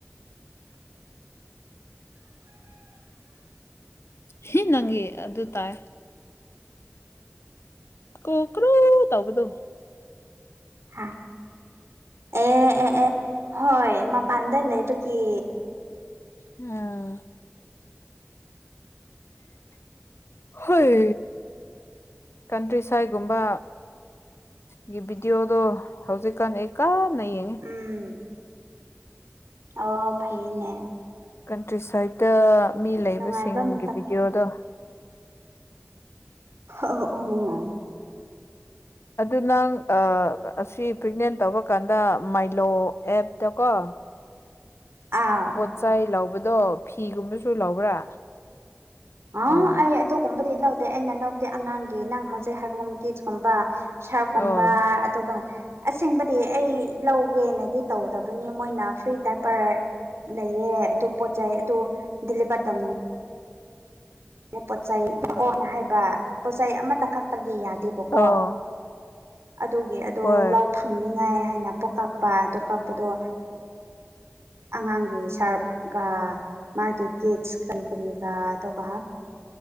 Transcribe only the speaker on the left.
ꯍꯤ ꯅꯪꯒꯤ ꯑꯗꯨ ꯇꯥꯏ ꯀꯣꯀ꯭ꯔꯨ ꯇꯧꯕꯗꯨꯨ
ꯎꯝ ꯍꯣꯏ ꯀꯟꯇ꯭ꯔꯤ ꯁꯥꯏꯠꯒꯨꯝꯕ ꯒꯤ ꯚꯤꯗꯤꯑꯣꯗꯣ ꯍꯧꯖꯤꯛꯀꯥꯟ ꯑꯩ ꯀꯥꯟꯅ ꯌꯦꯡꯉꯤ
ꯀꯟꯇ꯭ꯔꯤ ꯁꯥꯏꯠꯇ ꯃꯤ ꯂꯩꯕꯁꯤꯡꯒꯤ
ꯚꯤꯗꯤꯑꯣꯗꯣ
ꯑꯗꯨ ꯅꯪ ꯑꯁꯤ ꯄ꯭ꯔꯦꯒꯅꯦꯟ ꯇꯧꯕ ꯀꯥꯟꯗ ꯃꯥꯏꯂꯣ ꯑꯦꯞꯇꯀꯣ
ꯄꯣꯠꯆꯩ ꯂꯧꯕꯗꯣ ꯐꯤꯒꯨꯝꯕꯁꯨ ꯂꯧꯕ꯭ꯔꯥ
ꯑꯣ
ꯑꯣ
ꯑꯣ
ꯍꯣꯏ